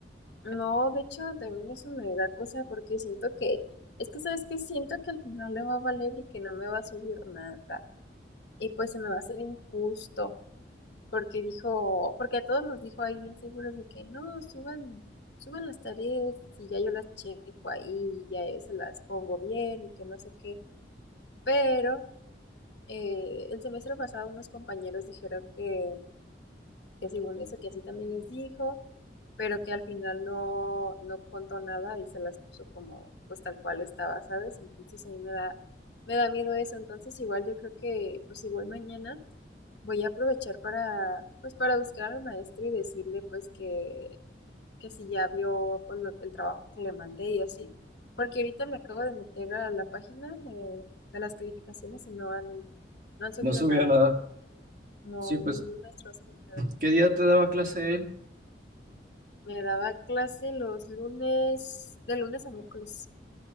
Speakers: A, on the left (about 75°); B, on the right (about 45°).
A: No, de hecho, también eso me da cosa porque siento que, es que sabes que siento que al final le va a valer y que no me va a subir nada. Y pues se me va a hacer injusto, porque dijo, porque a todos nos dijo ahí bien seguros de que no, suban, suban las tareas y ya yo las checo ahí, y ya yo se las pongo bien y que no sé qué. Pero eh, el semestre pasado unos compañeros dijeron que que según eso, que así también les dijo, pero que al final no, no contó nada y se las puso como, pues tal cual estaba, ¿sabes? Entonces a mí me da, me da miedo eso, entonces igual yo creo que, pues igual mañana voy a aprovechar para, pues para buscar al maestro y decirle, pues que, que si ya vio pues, lo- el trabajo que le mandé y así, porque ahorita me acabo de meter a la página de, de las calificaciones y no han, no han subido
B: No subía
A: nada,
B: nada.
A: no,
B: Sí, pues,
A: ningún maestro ha subido nada.
B: ¿qué día te daba clase él?
A: Me daba clase los lunes, de lunes a miércoles,